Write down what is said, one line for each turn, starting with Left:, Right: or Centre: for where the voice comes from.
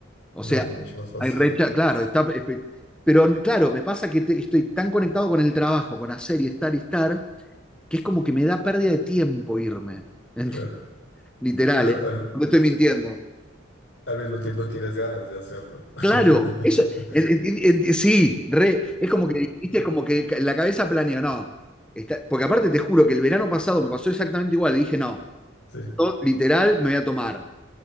Centre: O
Left: No,
Centre: sea,
Left: mucho más fácil,
Centre: hay recha, claro, está, espe- pero claro, me pasa que te- estoy tan conectado con el trabajo, con hacer y estar y estar, que es como que me da pérdida de tiempo irme. <laughs>
Left: claro.
Centre: Literal,
Left: Pero
Centre: ¿eh?
Left: al-
Centre: No te estoy mintiendo.
Left: Al mismo tiempo tienes ganas de hacerlo.
Centre: Claro, eso,
Left: <laughs>
Centre: en- en- en- sí, re, es como que, viste, es como que la cabeza planeó, no. Está- porque aparte te juro que el verano pasado me pasó exactamente igual, y dije, no,
Left: Sí.
Centre: yo, literal me voy a tomar.